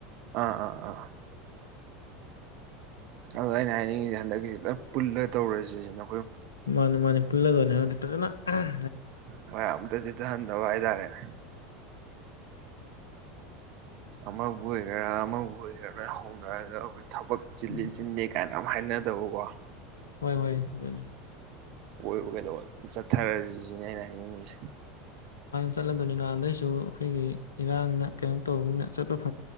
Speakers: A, on the right; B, on the left.
A: ꯑꯥ ꯑꯥ ꯑꯥ ꯑꯗꯣ ꯑꯩꯅ ꯍꯥꯏꯅꯤꯡꯉꯤꯁꯦ ꯍꯟꯗꯛꯀꯤꯁꯤ ꯂꯣꯏ ꯄꯨꯜꯂ ꯇꯧꯔꯁꯤ ꯁꯤꯅꯤ
B: ꯃꯥꯅꯦ ꯃꯥꯅꯦ ꯄꯨꯜꯂꯒꯅꯦ ꯍꯟꯗꯛꯇꯤ ꯐꯖꯅ ꯑꯍꯝ
A: ꯍꯣꯏ ꯑꯝꯇ ꯆꯤꯠꯊꯍꯟꯗꯕ ꯍꯥꯏꯇꯥꯔꯦꯅꯦ ꯑꯃꯕꯨ ꯑꯣꯏꯒꯦꯔꯥ ꯑꯃꯕꯨ ꯑꯣꯏꯒꯦꯔꯥ ꯂꯣꯏ ꯍꯧꯅꯔꯒ ꯑꯩꯈꯣꯏ ꯊꯕꯛ ꯆꯤꯜꯂꯤ
B: ꯎꯝ
A: ꯆꯤꯟꯗꯦ ꯀꯥꯏꯅ ꯍꯥꯏꯅꯗꯕꯀꯣ
B: ꯍꯣꯏ ꯍꯣꯏ ꯑꯗꯨꯅꯦ
A: ꯀꯣꯏꯕ ꯀꯩꯗꯧꯕ ꯑꯗꯨꯝ ꯆꯠꯊꯔꯁꯤ ꯁꯤꯅꯦ ꯑꯩꯅ ꯍꯥꯏꯅꯤꯡꯉꯤꯁꯦ꯫
B: ꯆꯠꯂꯗꯧꯅꯤ ꯅꯍꯥꯟꯗꯩꯁꯨ ꯑꯩꯈꯣꯏꯒꯤ ꯏꯔꯥꯡꯅ ꯀꯩꯅꯣ ꯇꯧꯕꯅꯤꯅ ꯆꯠꯄ ꯐ